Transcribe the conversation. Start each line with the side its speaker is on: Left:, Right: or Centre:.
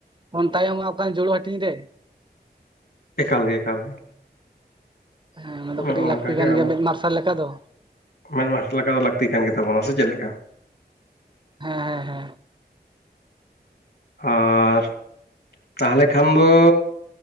Right: ᱵᱚᱱ ᱛᱟᱭᱚᱢᱚᱜ ᱠᱟᱱᱟ ᱡᱩᱲᱩ ᱦᱟᱹᱴᱤᱧ ᱨᱮ᱾
Left: ᱮᱠᱟᱞ ᱜᱮ ᱮᱠᱟᱞ ᱜᱮ
Right: ᱦᱮᱸ ᱚᱱᱟ
Left: ᱱᱚᱜᱼᱚ
Right: ᱫᱚ ᱠᱟᱹᱴᱤᱡ
Left: ᱱᱚᱝᱠᱟ
Right: ᱞᱟᱹᱠᱛᱤ
Left: ᱜᱮ
Right: ᱠᱟᱱ
Left: ᱟᱵᱚ
Right: ᱜᱮᱭᱟ ᱢᱮᱫ ᱢᱟᱨᱥᱟᱞ ᱞᱮᱠᱟ ᱫᱚ᱾
Left: ᱢᱮᱫ ᱢᱟᱨᱟᱥᱟ ᱞᱮᱠᱟ ᱫᱚ ᱞᱟᱹᱠᱛᱤ ᱠᱟᱱ ᱜᱮᱛᱟᱵᱚᱱᱟ ᱥᱮ ᱪᱮᱫ ᱞᱮᱠᱟ᱾
Right: ᱦᱮᱸ ᱦᱮᱸ ᱦᱮᱸ
Left: ᱟᱨ ᱛᱟᱦᱚᱞᱮ ᱠᱷᱟᱱ ᱫᱚ